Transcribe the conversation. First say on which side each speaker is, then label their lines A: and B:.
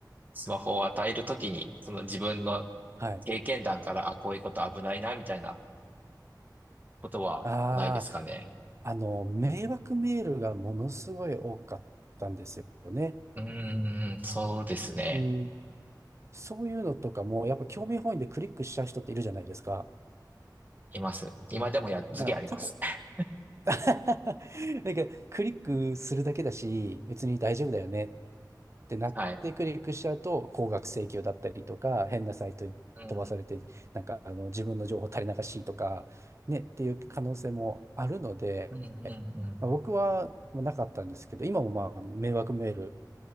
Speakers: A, on the right; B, on the right.
A: スマホを与えるときに、その自分の
B: はい。
A: 経験談から、あ、こういうこと危ないな、みたいなことはないですかね。
B: ああ、あの、迷惑メールがものすごい多かったんですよね。
A: うーん、そうですね。
B: うん、そういうのとかも、やっぱ興味本位でクリックしちゃう人っているじゃないですか。
A: います。今でもやっつけあります。
B: まあ、ただ、
A: <laughs>
B: <laughs> なんか、クリックするだけだし、別に大丈夫だよねってなってクリックしちゃうと、
A: はい。
B: 高額請求だったりとか、変なサイトに飛ばされて、
A: うん、うん、
B: なんか、あの、自分の情報垂れ流しとか、ね、っていう可能性もあるので、
A: うん、うん。
B: まあ、僕はなかったんですけど、今もまあ、迷惑メール